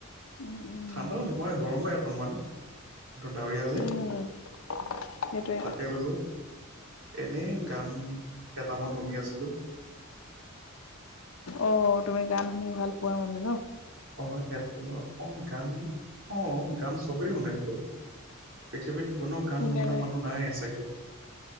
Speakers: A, on the left; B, on the right.
A: উম, উম।
B: ঠাণ্ডাও নোহয় গৰমেই অকণমান কিন্তু ডাৱৰীয়া যে
A: উম উম। সেইটোয়ে।
B: এহ টো এনেই গান কেইটামান শুনি আছিলো।
A: অ' তুমি গান শুনি ভাল পোৱা মানে ন?
B: অ' হেডফোনৰ অ গান অ গান চবেই শুনে দেখোন। পৃথিৱীত কোনো গান
A: শুনেৰে
B: নুশুনা মানুহ নাই চাগে।